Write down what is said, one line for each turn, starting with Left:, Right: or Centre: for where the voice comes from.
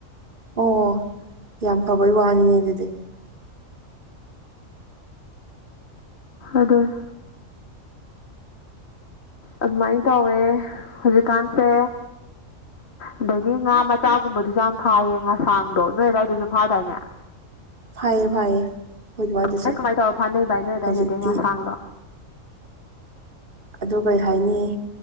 Right: ꯑꯣ ꯌꯥꯝ ꯐꯕꯩ ꯋꯥꯅꯤꯅꯦ ꯑꯗꯨꯗꯤ
Left: ꯑꯗꯨꯅꯦ ꯑꯗꯨꯃꯥꯏꯟ ꯇꯧꯋꯦ ꯍꯧꯖꯤꯛꯀꯥꯟꯁꯦ ꯑꯗꯩꯗꯤ ꯉꯥ ꯃꯆꯥꯒꯨꯝꯕꯗꯨꯁꯨ ꯌꯥꯝ ꯐꯥꯏꯌꯦ ꯉꯥꯁꯥꯡꯗꯣ ꯅꯣꯏ ꯑꯗꯥꯏꯗꯁꯨ ꯐꯥꯗꯥꯏꯅꯦ
Right: ꯐꯥꯏꯌꯦ ꯐꯥꯏꯌꯦ ꯑꯗꯨꯋꯥꯏꯗꯁꯨ
Left: ꯀꯃꯥꯏ ꯀꯃꯥꯏ ꯇꯧꯔ ꯐꯅꯩ‌ ꯚꯥꯏ ꯅꯣꯏ ꯑꯗꯥꯏꯗꯗꯤ
Right: ꯍꯧꯖꯤꯛꯇꯤ
Left: ꯉꯁꯥꯡꯗꯣ
Right: ꯑꯗꯣ ꯀꯩ ꯍꯥꯏꯅꯤ